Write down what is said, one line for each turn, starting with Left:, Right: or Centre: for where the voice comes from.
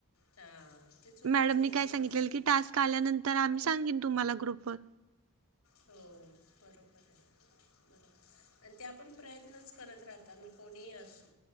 Left: सा चुकीचं
Right: मॅडमनी
Left: ते. आहे
Right: काय
Left: ना
Right: सांगितलेलं
Left: मग असं
Right: की टास्क आल्यानंतर आम्ही सांगीन तुम्हाला ग्रुपवर.
Left: हो बरोबर आहे. बरोबर आणि त्या आपण प्रयत्नच करत राहता ना कोणीही असू.